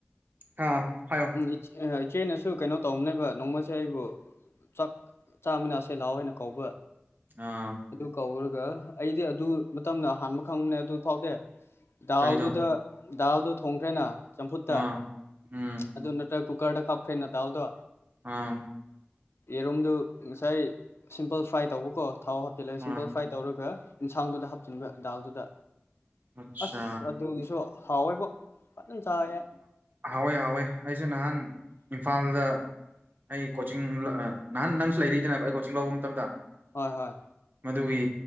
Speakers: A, on the right (about 50°); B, on the left (about 80°).
A: ꯑ ꯍ
B: ꯎꯝ ꯏꯆꯦꯅꯁꯨ ꯀꯩꯅꯣ ꯇꯧꯕꯅꯦꯕ ꯅꯣꯡꯃꯁꯦ ꯑꯩꯕꯨ ꯆꯥꯛ ꯆꯥꯃꯤꯅꯥꯁꯦ ꯂꯥꯛꯑꯣ ꯍꯥꯏꯅ ꯀꯧꯕ
A: ꯑꯥꯎ
B: ꯑꯗꯨ ꯀꯧꯔꯒ ꯑꯩꯗꯤ ꯑꯗꯨ ꯃꯇꯝꯅ ꯑꯍꯥꯟꯕ ꯈꯪꯕꯅꯦ ꯑꯗꯨ ꯐꯥꯎꯗꯤ ꯗꯥꯜꯗꯨꯗ
A: ꯀꯔꯤꯗꯣ
B: ꯗꯥꯜꯗꯨ ꯊꯣꯡꯈ꯭ꯔꯦꯅ ꯆꯝꯐꯨꯠꯇ
A: ꯑꯥ ꯎꯝ
B: ꯑꯗꯨ ꯅꯠꯇ꯭ꯔꯒ ꯀꯨꯀꯔꯗ ꯀꯥꯞꯈ꯭ꯔꯦꯅ ꯗꯥꯎꯗꯣ
A: ꯎꯝ
B: ꯌꯦꯔꯨꯝꯗꯨ ꯉꯁꯥꯏ ꯁꯤꯝꯄꯜ ꯐ꯭ꯔꯥꯏ ꯇꯧꯕꯀꯣ ꯊꯥꯎꯍꯥꯞ
A: ꯑꯥ
B: ꯁꯤꯝꯄꯜ ꯐ꯭ꯔꯥꯏ ꯇꯧꯔꯒ ꯌꯦꯟꯁꯥꯡꯗꯨꯗ ꯍꯥꯞꯆꯤꯟꯕ ꯗꯥꯜꯗꯨꯗ
A: ꯑꯠꯆꯥ
B: ꯑꯁ ꯑꯗꯨꯒꯤꯁꯨ ꯍꯥꯎꯋꯦꯕꯨ ꯐꯖꯅ ꯆꯥꯔꯦ
A: ꯍꯥꯎꯋꯦ ꯍꯥꯎꯋꯦ ꯑꯩꯁꯨ ꯅꯍꯥꯟ ꯏꯝꯐꯥꯜꯗ ꯑꯩ ꯀꯣꯆꯤꯡ ꯅꯍꯥꯟ ꯅꯪꯁꯨ ꯂꯩꯔꯤꯗꯅꯥ ꯑꯩ ꯀꯣꯆꯤꯡ ꯂꯧꯕ ꯃꯇꯝꯗ
B: ꯍꯣꯏ ꯍꯣꯏ
A: ꯃꯗꯨꯒꯤ